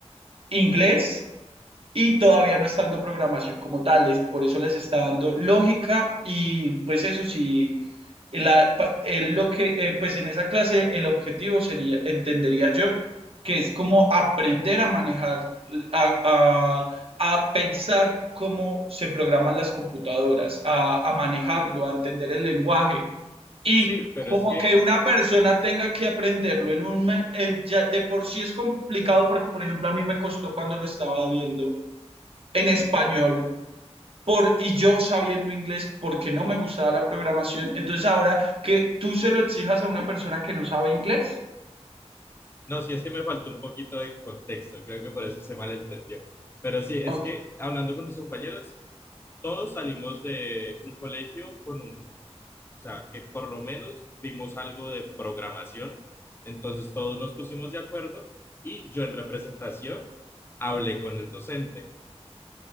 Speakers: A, on the right; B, on the left.
A: inglés y todavía no está dando programación como tal, es- por eso les está dando lógica y pues eso sí, en la, pa- en lo que, eh, pues en esa clase el objetivo sería, entendería yo, que es como aprender a manejar, a, a- a pensar cómo se programan las computadoras, a, a manejarlo, a entender el lenguaje, y
B: Sí, pero
A: como
B: es que
A: que una persona tenga que aprenderlo en un me- en- ya de por sí es complicado porque por ejemplo a mí me costó cuando lo estaba viendo en español por y yo sabiendo inglés porque no me gustaba la programación, entonces ahora que tú se lo exijas a una persona que no sabe inglés,
B: No, sí, es que me faltó un poquito de contexto, creo que por eso se malentendió. Pero sí, es
A: ok,
B: que hablando con mis compañeros, todos salimos de un colegio con un, o sea, que por lo menos vimos algo de programación, entonces todos nos pusimos de acuerdo y yo en representación hablé con el docente,